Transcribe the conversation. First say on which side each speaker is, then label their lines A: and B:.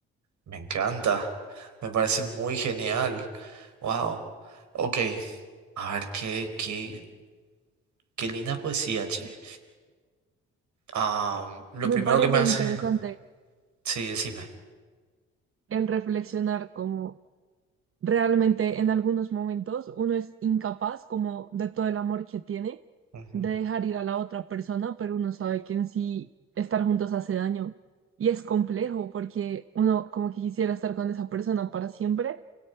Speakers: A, on the right; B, on the right.
A: me encanta, me parece muy genial, wow, ok, a ver, qué, qué, qué linda poesía, che. Ah, lo
B: Me
A: primero
B: parece
A: que me hace,
B: interesante
A: sí, decime.
B: el reflexionar como realmente en algunos momentos uno es incapaz como de todo el amor que tiene
A: Ujú.
B: de dejar ir a la otra persona, pero uno sabe que en sí estar juntos hace daño. Y es complejo porque uno como que quisiera estar con esa persona para siempre,